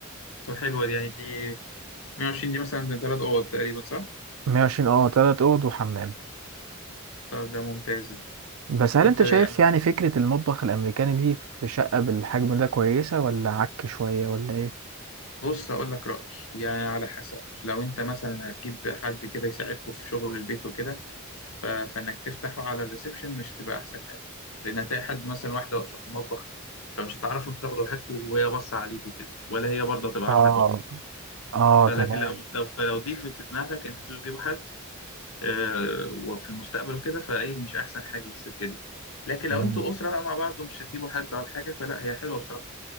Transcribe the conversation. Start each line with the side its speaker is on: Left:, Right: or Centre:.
Left: طب حلوه دي يعني دي 120 دي مثلا ده ثلاث اوض تقريبا صح
Right: 120 اه تلات اوض وحمام
Left: طب ده ممتاز دي
Right: بس هل
Left: دي
Right: انت
Left: انت يعني
Right: شايف يعني فكرة المطبخ الامريكاني دي في شقة بالحجم ده كويسة ولا عك شوية ولا ايه؟
Left: بص اقول لك رايي يعني على حسب لو انت مثلا هتجيب حد كده يساعدكم في شغل البيت وكده ف... فانك تفتحه على الريسبشن مش هتبقى احسن حاجه لان هتلاقي حد مثلا واحده واقفه في المطبخ فمش هتعرفوا انتوا تاخدوا راحتكم وهي باصه عليكم كده ولا هي برضه هتبقى
Right: اه
Left: عارفه تقف
Right: اه
Left: فلكن
Right: تمام
Left: لو لو فلو دي في في دماغك ان انتوا تجيبوا حد آه، وفي المستقبل وكده فايه مش احسن حاجه في السكه دي لكن
Right: تمام
Left: لو انتوا اسره بقى مع بعض ومش هتجيبوا حد ولا حاجه فلا هي حلوه بصراحه